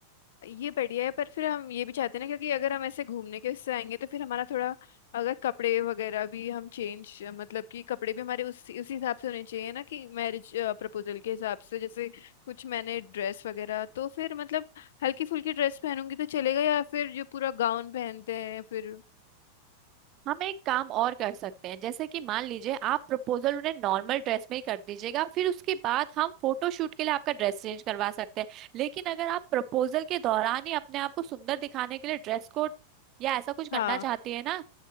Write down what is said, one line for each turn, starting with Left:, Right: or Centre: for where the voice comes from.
Left: ये बढ़िया है पर फिर हम ये भी चाहते हैं ना क्योंकि अगर हम ऐसे घूमने के उससे आएंगे तो फिर हमारा थोड़ा अगर कपड़े वगैरह भी हम चेंज मतलब कि कपड़े भी हमारे उसी उसी हिसाब से होने चाहिए ना कि मैरिज प्रपोजल के हिसाब से जैसे कुछ मैंने ड्रेस वगैरह तो फिर मतलब हल्की फुल्की ड्रेस पहनूंगी तो चलेगा या फिर जो पूरा गाउन पहनते हैं फिर
Right: हम एक काम और कर सकते हैं जैसे कि मान लीजिए आप प्रपोजल उन्हें नॉर्मल ड्रेस में ही कर दीजिएगा फिर उसके बाद हम फोटो शूट के लिए आपका ड्रेस चेंज करवा सकते हैं लेकिन अगर आप प्रपोजल के दौरान ही अपने आप को सुंदर दिखाने के लिए ड्रेस कोड या ऐसा कुछ
Left: हाँ
Right: करना चाहती है ना